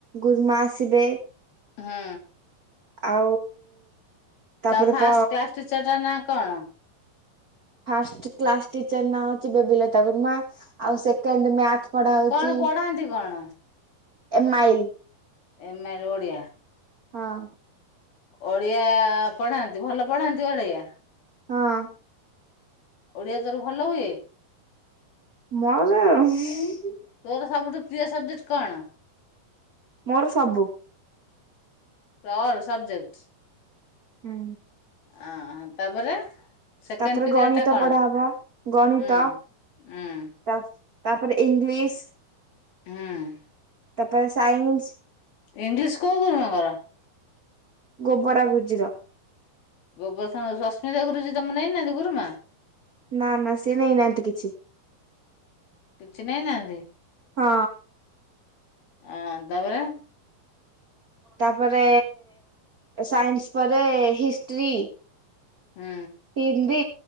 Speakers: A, on the right; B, on the left.
A: ଗୁରୁମା ଆସିବେ
B: ହଁ।
A: ଆଉ ତାପରେ
B: ତମ ଫାଷ୍ଟ
A: ପ
B: କ୍ଲାସ ଟିଚର ଟା ନାଁ କଣ?
A: ଫାଷ୍ଟ କ୍ଲାସ ଟିଚରନା ହଚି ବେବିଲତା ଗୁରୁମା ଆଉ ସେକେଣ୍ଡ ମ୍ୟାଥ ପଢା ହଉଚି
B: କଣ ପଢାନ୍ତି କଣ?
A: ଏ ମାଇଲ।
B: ଏମାଇଲ୍ ଓଡିଆ।
A: ହଁ।
B: ଓଡିଆ ପଢାନ୍ତି ଭଲ ପଢାନ୍ତି ଓଡିଆ।
A: ହଁ।
B: ଓଡିଆ ତୋର ଭଲ ହୁଏ।
A: ମାଉସୀ ଉଁ।
B: ତୋର ସବୁଠୁ ପ୍ରିୟ ସବଜେକ୍ଟ କଣ।
A: ମୋର ସବୁ।
B: ତ ଅଲ ସବଜେକ୍ଟ
A: ହୁଁ
B: ହଁ ତାପରେ ସେକେଣ୍ଡ
A: ତାପରେ
B: ପିରିୟଡ଼
A: ଗଣିତ
B: ଟା କଣ?
A: ପଢା ହବ ଗଣିତ।
B: ହୁଁ ହୁଁ
A: ତାପ୍ ତାପରେ ଇଂଲିଶ୍।
B: ହୁଁ।
A: ତାପରେ ସାଇନ୍ସ।
B: ଇଂଲିଶ କୋଉ ଗୁରୁମାଙ୍କର।
A: ଗୋବରା ଗୁରୁଜୀର।
B: ଗୋଵର୍ଦ୍ଧନ ସସ୍ମିତା ଗୁରୁଜୀ ତମ ନେଇନାହାନ୍ତି ଗୁରୁମା।
A: ନା ନା ସିଏ ନେଇନାହାନ୍ତି କିଛି।
B: କିଛି ନେଇନାହାନ୍ତି।
A: ହଁ।
B: ଆଁ ତାବରେ।
A: ତାପରେ ସାଇନ୍ସ ପରେ ହିଷ୍ଟ୍ରି।
B: ହଁ।
A: ହିନ୍ଦୀ